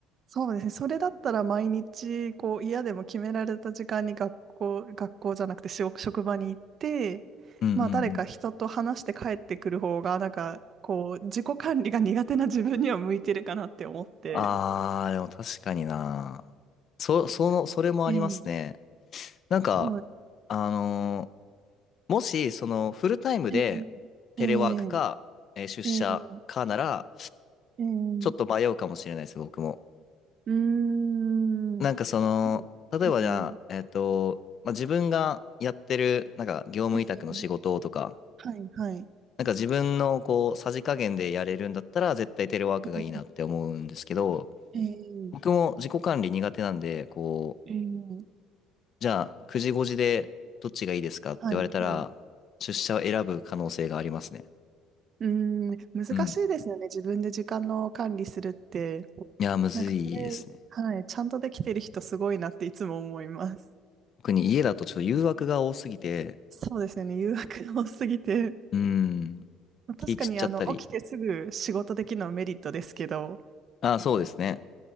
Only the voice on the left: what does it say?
うんうんうん。
ああ、でも確かにな。そ、その、それもありますね。
なんか、
あのーもし、その、フルタイムでテレワークか、
えー出社かなら、
ちょっと迷うかもしれないです、僕も。
なんかその、
例えばじゃあ、えっと、まあ、自分がやってる、なんか業務委託の仕事とか、
なんか自分のこう、さじ加減でやれるんだったら、絶対テレワークがいいなって思うんですけど、
僕も自己管理苦手なんで、こう、
じゃあ、9時5時でどっちがいいですかって言われたら、
出社を選ぶ可能性がありますね。
うん。
いや、むずいですね。
特に家だとちょっと誘惑が多すぎて、
うん、
気散っちゃったり。ああ、そうですね。